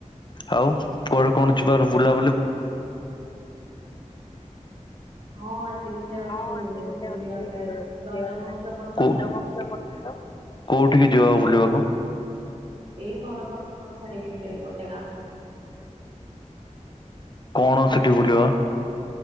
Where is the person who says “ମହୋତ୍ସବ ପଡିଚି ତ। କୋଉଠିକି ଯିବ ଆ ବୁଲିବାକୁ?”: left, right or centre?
Left